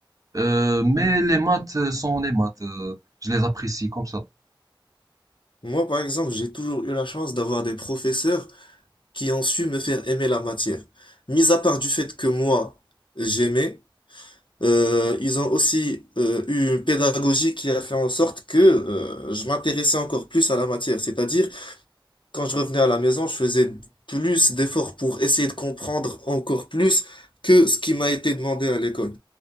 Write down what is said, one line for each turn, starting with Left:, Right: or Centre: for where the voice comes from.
Right: Euh, mais les maths sont les maths, euh, je les apprécie comme ça.
Left: Moi, par exemple, j'ai toujours eu la chance d'avoir des professeurs qui ont su me faire aimer la matière. Mis à part du fait que moi, j'aimais, euh, ils ont aussi euh, eu une pédagogie qui a fait en sorte que euh, je m'intéressais encore plus à la matière. C'est-à-dire Quand je revenais à la maison, je faisais plus d'efforts pour essayer de comprendre encore plus que ce qui m'a été demandé à l'école.